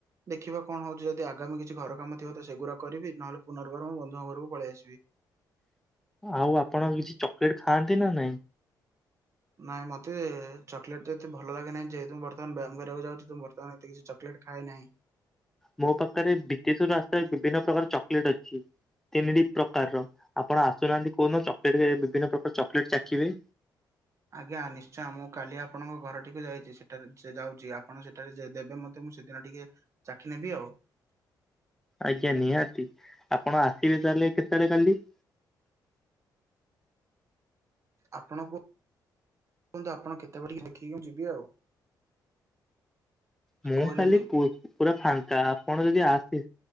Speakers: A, on the right (about 40°); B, in the centre.
A: ଦେଖିବା କଣ ହୋଉଚି ଯଦ ଆଗାମୀ କିଛି ଘରକାମ ଥିବ ତ ସେଗୁଡ଼ା କରିବି। ନହେଲେ ପୁନର୍ବାର ମୋ ବନ୍ଧୁଙ୍କ ଘରକୁ ପଳେଇ ଆସିବି।
B: ଆଉ ଆପଣ କିଛି ଚକ୍ଲେଟ୍ ଖାଆନ୍ତି ନା ନାଇଁ?
A: ନାଇଁ ମତେ ଚକ୍ଲେଟ୍ ତେ ଏତେ ଭଲ ଲାଗେ ନାହିଁ ଯେହେତୁ ବର୍ତ୍ତମାନ ବ୍ଯାୟାମ କରିବାକୁଯାଉଛି ତ ମ ତ ହାଁଥି କିଛି ଚକ୍ଲେଟ୍ ଖାଏ ନାହିଁ।
B: ମୋ ପାଖରେ ବିଦେଶରୁ ଆସ୍ତାଏ ବିଭିନ୍ନ ପ୍ରକାର ଚକ୍ଲେଟ୍ ଅଛି। ତିନିଡ଼ି ପ୍ରର୍କାର ଆପଣ ଆସୁନାହାନ୍ତି କଉନ ଚକ୍ଲେଟ୍ ହେ ବିଭିନ୍ନ ପ୍ରକାର ଚକ୍ଲେଟ୍ ଚାଖିବେ।
A: ଆଜ୍ଞା ନିଶ୍ଚୟ ମୁଁ କାଲି ଆପଣଙ୍କ ଘରଟିକୁ ଯାଇଚୀ ସେଠାରେ ସେ ଯାଉଚୀ ଆପଣ ସେଠାରେ ଯେ ଦେବେ ମତେ। ମୁଁ ସେଦିନ ଟିକେ ଚାଖି ନେବି ଆଉ।
B: ଆଜ୍ଞା ନିହାତି ଆପଣ ଆସିବେ ତାହେଲେ କେତେବେଳେ କାଲି?
A: ଆପଣଙ୍କୁ ନ୍ତୁ ଆପଣ କେତେବେଳେ ଦେଖିକି ମୁଁ ଯିବି ଆଉ <inaudible>
B: ମୁଁ
A: କହିଲେନି।
B: କାଲି ପୁ ପୁରା ଫାଙ୍କା ଆପଣ ଯଦି ଆସି।